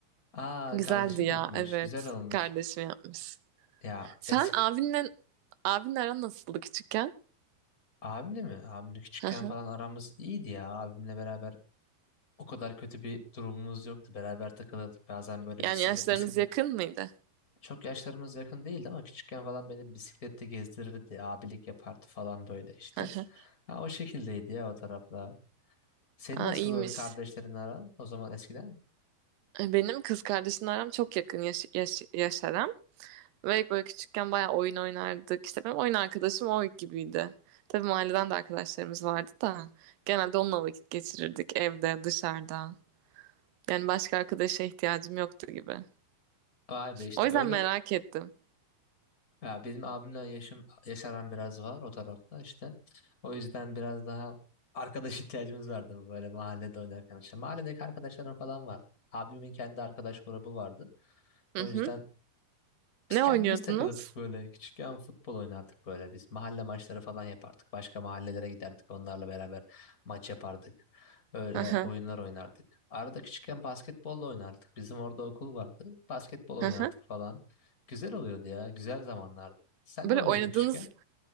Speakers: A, on the left; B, on the right.
A: Aa
B: Güzeldi
A: kardeşim
B: ya
A: yapmış.
B: evet
A: Güzel olmuş.
B: kardeşim yapmış.
A: Ya
B: Sen
A: eski
B: abinle abinle aran nasıldı küçükken?
A: abimle mi? Abimle küçükken
B: Hı hı.
A: falan aramız iyiydi ya. Abimle beraber o kadar kötü bir durumumuz yoktu. Beraber takılırdık. Bazen böyle
B: Yani
A: bisiklete,
B: yaşlarınız
A: bisiklete,
B: yakın mıydı?
A: Çok yaşlarımız yakın değildi ama küçükken falan beni bisiklette gezdirirdi, abilik yapardı falan böyle işte.
B: <laughs>
A: Ha, o şekildeydi ya o taraflar. Senin
B: Aa,
A: nasıl
B: iyiymiş.
A: böyle kardeşlerin aran o zaman eskiden?
B: E, Benim kız kardeşimle aram çok yakın yaş, yaş, yaş aram. Ve böyle küçükken bayağı oyun oynardık. İşte benim oyun arkadaşım o gibiydi. Tabii mahalleden de arkadaşlarımız vardı da. Genelde onunla vakit geçirirdik evde, dışarıda. Yani başka arkadaşa ihtiyacım yoktu gibi.
A: Vay be işte
B: O yüzden
A: öyle
B: merak ettim.
A: ya benim abimle yaşım yaş aram biraz var o tarafta işte. O yüzden biraz daha arkadaş <laughs> ihtiyacımız vardı böyle mahallede oynarken işte. Mahalledeki arkadaşlarım falan vardı. Abimin kendi arkadaş grubu vardı.
B: Hı
A: O
B: hı.
A: yüzden
B: Ne
A: Biz kendimiz
B: oynuyordunuz?
A: takılırdık böyle. Küçükken futbol oynardık böyle. Biz mahalle maçları falan yapardık. Başka mahallelere giderdik. Onlarla beraber maç yapardık. Öyle
B: Hı hı.
A: oyunlar oynardık. Arada küçükken basketbol da oynardık. Bizim orada okul vardı. Basketbol oynardık
B: Hı hı.
A: falan. Güzel oluyordu ya. Güzel zamanlardı. Sen
B: Böyle
A: ne oynuyordun
B: oynadığınız,
A: küçükken?